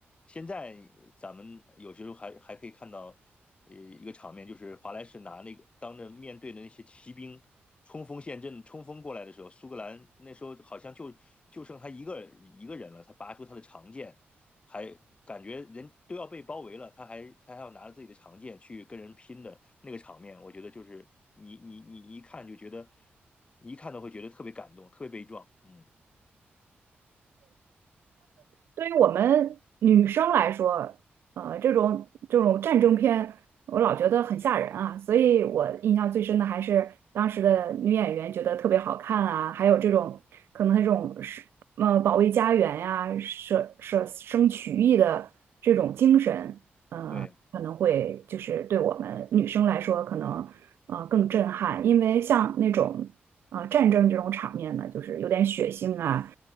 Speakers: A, on the left (about 30°); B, on the right (about 70°).
A: 现在咱们有些时候还还可以看到，呃，一个场面就是华莱士拿那个当着面对的那些骑兵冲锋陷阵冲锋过来的时候，苏格兰那时候好像就就剩他一个一个人了，他拔出他的长剑，还感觉人都要被包围了，他还他还要拿着自己的长剑去跟人拼的那个场面，我觉得就是你你你一看就觉得，你一看都会觉得特别感动，特别悲壮。嗯，
B: 对于我们女生来说，呃，这种这种战争片，我老觉得很吓人啊，所以我印象最深的还是当时的女演员觉得特别好看啊，还有这种可能这种是呃保卫家园呀、舍舍生取义的这种精神，呃，
A: 对。
B: 可能会就是对我们女生来说可能呃更震撼，因为像那种呃战争这种场面呢，就是有点血腥啊。